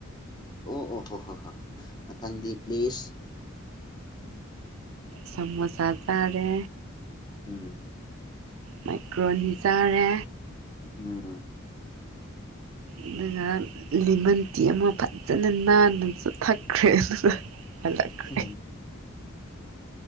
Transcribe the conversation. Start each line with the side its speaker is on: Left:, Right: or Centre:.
Left: ꯑꯣ ꯑꯣ ꯍꯣ ꯍꯣ ꯍꯣꯏ ꯍꯣꯏ ꯃꯊꯪꯒꯤ ꯄ꯭ꯂꯤꯖ
Right: ꯁꯃꯣꯁꯥ ꯆꯥꯔꯦ
Left: ꯎꯝ
Right: ꯃ‌ꯦꯀꯔ‌ꯣꯅꯤ ꯆꯥꯔꯦ
Left: ꯎꯝ
Right: ꯑꯗꯨꯅ ꯂꯤꯃꯟꯇꯤ ꯑꯃ ꯐꯖꯅ ꯅꯥꯟꯅꯁꯨ ꯊꯛꯈ꯭ꯔꯦ ꯑꯗꯨꯒ ꯍꯜꯂꯛꯈ꯭ꯔꯦ
Left: ꯎꯝ